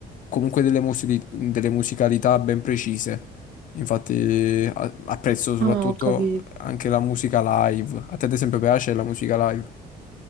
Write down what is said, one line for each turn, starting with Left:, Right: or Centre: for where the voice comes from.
Left: comunque delle, musili- delle musicalità ben precise. Infatti a- apprezzo soprattutto
Right: Ah, ho capito.
Left: anche la musica live. A te ad esempio piace la musica live?